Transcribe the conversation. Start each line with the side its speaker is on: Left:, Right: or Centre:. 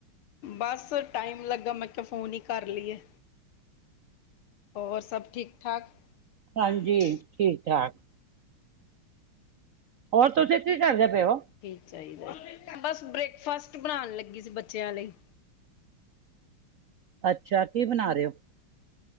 Left: ਬਸ ਟਾਈਮ ਲੱਗਾ। ਮੈਂ ਕਿਹਾ ਫੋਨ ਹੀ ਕਰ ਲਈਏ। ਹੋਰ ਸਭ ਠੀਕ ਠਾਕ?
Right: ਹਾਂਜੀ
Left: ਚਲੋ
Right: ਠੀਕ ਠਾਕ। ਹੋਰ ਤੁਸੀਂ ਕੀ ਕਰਦੇ ਪਏ ਉ?
Left: ਸਹੀ ਗੱਲ ਬਸ ਬ੍ਰੇਕਫਾਸਟ ਬਣਾਉਣ ਲੱਗੀ ਸੀ ਬੱਚਿਆਂ ਲਈ।
Right: ਅੱਛਾ ਕੀ ਬਣਾ ਰਹੇ ਹੋ?